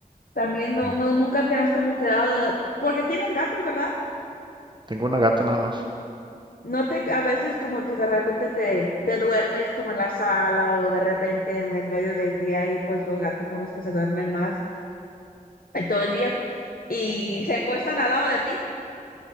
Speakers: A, on the left (about 75°); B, on the right (about 30°).
A: también no,
B: mm,
A: no, nunca te has como quedado, porque tienes gatos, ¿verdad?
B: Tengo una gata nada más.
A: No te, a veces como que de repente te, te duermes como en la sala o de repente en el medio del día y pues los gatos son los que se duermen más en todo el día y se acuestan al lado de ti.